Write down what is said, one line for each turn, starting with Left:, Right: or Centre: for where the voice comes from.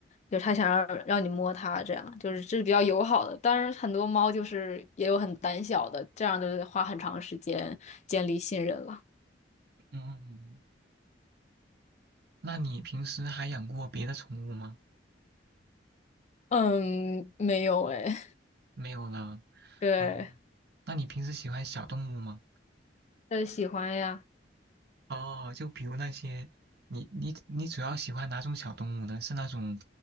Left: 就它想让让你摸它，这样就是这是比较友好的。当然，很多猫就是也有很胆小的，这样就是花很长时间建立信任了。
Right: 嗯，那你平时还养过别的宠物吗？
Left: 嗯，没有哎，
Right: 没有了。
Left: <laughs> 对，
Right: 哦，那你平时喜欢小动物吗？
Left: 呃，喜欢呀。
Right: 哦，就比如那些，你你你主要喜欢哪种小动物呢？是那种